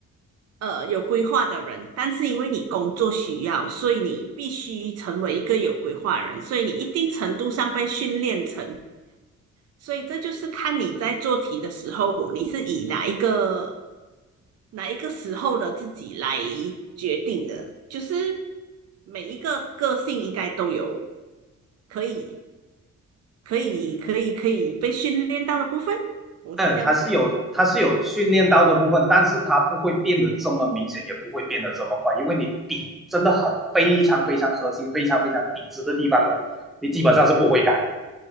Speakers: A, on the right (about 55°); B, in the centre.
A: 呃有规划的人，但是因为你工作需要，所以你必须成为一个有规划的人，所以你一定程度上被训练成。所以这就是看你在做题的时候，你是以哪一个哪一个时候的自己来决定的。就是每一个个性应该都有可以可以可以可以被训练到的部分，我是这样想。
B: 嗯，它是有它是有训练到的部分，但是它不会变得这么明显，也不会变得这么快，因为你底真的很非常非常核心、非常非常底子的地方呢，你基本上是不会改的。